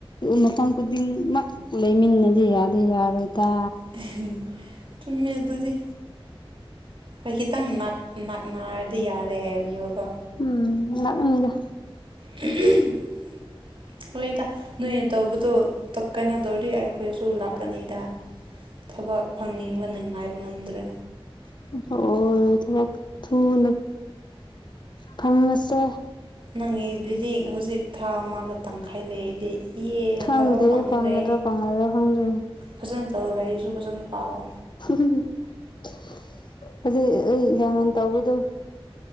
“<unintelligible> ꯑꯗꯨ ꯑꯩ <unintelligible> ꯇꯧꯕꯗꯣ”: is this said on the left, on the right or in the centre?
Left